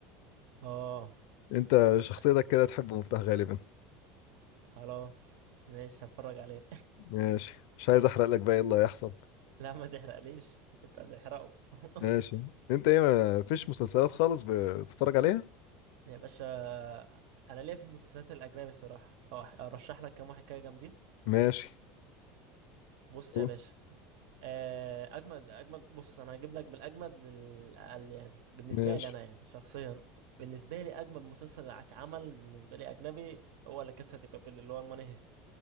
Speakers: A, on the right (about 80°); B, on the left (about 70°).
A: اه
B: انت
A: طب
B: شخصيتك كده تحبه مفتاح غالبا
A: خلاص ماشي هتفرج عليه
B: ماشي مش عايز احرق لك بقى ايه اللي هيحصل
A: <laughs> لا ما تحرقليش انت كنت هتحرقه <laughs>
B: ماشي انت ايه ما فيش مسلسلات خالص بتتفرج عليها
A: يا باشا انا ليا في المسلسلات الاجنبي صراحه او أح- ارشح لك كام واحد كده جامدين
B: ماشي
A: بص
B: قول.
A: يا باشا آه، اجمد اجمد بص انا هجيب لك بالاجمد للاقل يعني بالنسبه
B: ماشي
A: لي انا يعني شخصيا بالنسبه لي اجمد مسلسل اتعمل بالنسبه لي اجنبي هو لا كاسا دي بابيل اللي هو الماني هيست